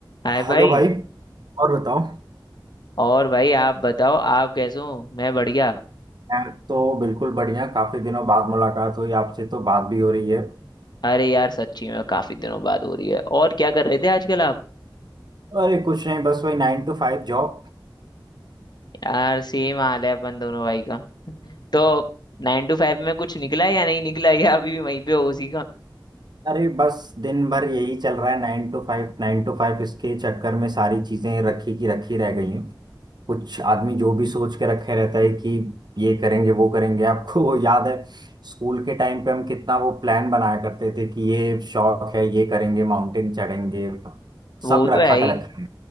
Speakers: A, on the left; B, on the right.
A: हाय भाई
B: Hello भाई और बताओ
A: और भाई आप बताओ आप कैसे हो मैं बढ़िया
B: मैं तो बिल्कुल बढ़िया काफी दिनों बाद मुलाकात हुई आपसे तो बात भी हो रही है
A: अरे यार सच्ची में काफी दिनों बाद हो रही है और क्या कर रहे थे आजकल आप
B: अरे कुछ नहीं बस वही नाइन टू फाइव जॉब
A: यार सेम हाल है अपन दोनों भाई का तो नाइन टू फाइव में कुछ निकला है या नहीं निकला <laughs> या अभी भी वहीं पे हो उसी का
B: अरे बस दिन भर यही चल रहा है नाइन टू फाइव नाइन टू फाइव इसके चक्कर में सारी चीजें रखी की रखी रह गई हैं कुछ आदमी जो भी सोच के रखे रहता है कि ये करेंगे वो करेंगे आपको <laughs> याद है स्कूल के टाइम पे हम कितना वो प्लान बनाया करते थे कि ये शौक है ये करेंगे माउंटेन चढ़ेंगे
A: वो
B: सब रखा
A: तो है ही
B: कर रखा